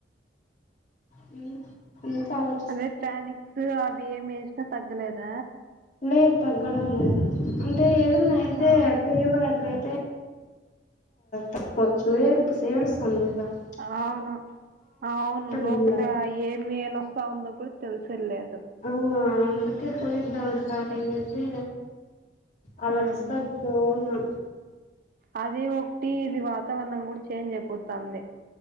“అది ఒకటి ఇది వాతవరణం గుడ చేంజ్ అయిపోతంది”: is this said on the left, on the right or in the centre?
Right